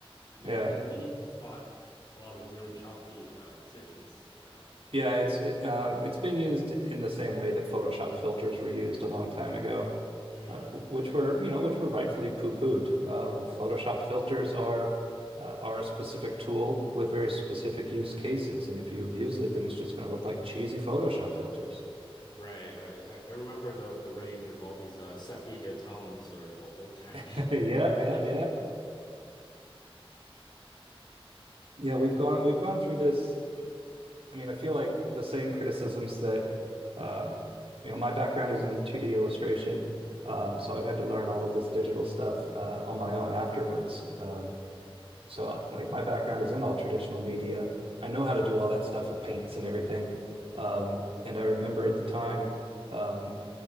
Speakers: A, on the left; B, on the right.
A: You,
B: yeah.
A: you can immediately spot a lot of really choppy uh, decisions throughout.
B: Yeah, it's it, uh, it's being used in the same way that Photoshop filters were used a long time ago,
A: Mm,
B: uh, which were, you know, which were rightfully poo-pooed. Um, Photoshop filters are uh, are a specific tool with very specific use cases, and if you abuse it, then it's just going to look like cheesy Photoshop filters.
A: right, right. I I remember the the rage of all these uh, sepia tones or old-timey.
B: <laughs> Yep, yep,
A: <laughs>
B: yep. Yeah, we've gone we've gone through this I mean, I feel like the same criticisms that, uh, you know, my background is in 2D illustration, uh, so I've had to learn all of this digital stuff uh, on my own afterwards. Um, so, I- like, my background is in all traditional media. I know how to do all that stuff with paints and everything. Um, and I remember at the time, um,